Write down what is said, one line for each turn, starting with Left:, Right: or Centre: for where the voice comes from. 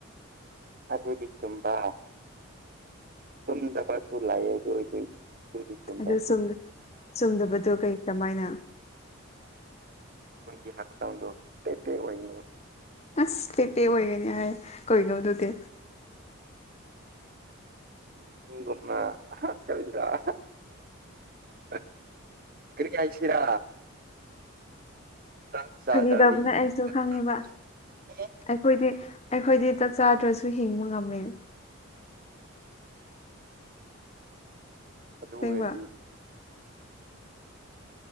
Right: ꯑꯗꯨꯗꯤ ꯆꯨꯝꯕ ꯇꯨꯝꯗꯕꯁꯨ ꯂꯥꯏꯌꯦ ꯑꯗꯨ ꯑꯣꯏꯗꯤ ꯑꯗꯨꯗꯤ ꯆꯨꯝꯕꯁꯨ
Left: ꯑꯗꯨ ꯆꯨꯝ ꯆꯨꯝꯗꯕꯗꯣ ꯀꯩ ꯀꯃꯥꯏꯅ
Right: ꯃꯣꯏꯒꯤ ꯍꯛꯆꯥꯡꯗꯣ ꯄꯦꯄꯦ ꯑꯣꯏꯅꯤ
Left: ꯑꯁ ꯄꯦꯄꯦ ꯑꯣꯏꯒꯅꯤ ꯍꯥꯏ ꯀꯩꯅꯣ ꯑꯗꯨꯗꯤ
Right: ꯃꯤꯒꯨꯝꯅ ꯑꯍ ꯀꯔꯤꯗ <unintelligible> ꯑ ꯀꯔꯤ ꯍꯥꯏꯁꯤꯔꯥ ꯆꯥꯛ ꯆꯥꯗ꯭ꯔꯗꯤ
Left: ꯐꯥꯒꯤꯇꯧꯕꯅꯦ
Right: ꯅꯪꯒꯤ
Left: ꯑꯩꯁꯨ
Right: ꯍꯛꯆꯥꯡꯗ
Left: ꯈꯪꯉꯤꯕ
Right: ꯁꯣꯛꯅꯤ
Left: ꯑꯩꯈꯣꯏꯗꯤ ꯑꯩꯈꯣꯏꯗꯤ ꯆꯥꯛ ꯆꯥꯗ꯭ꯔꯁꯨ ꯍꯤꯡꯕ ꯉꯝꯃꯦ
Right: ꯑꯗꯨ
Left: ꯁꯦꯡꯕ
Right: ꯑꯣꯏꯔꯗꯤ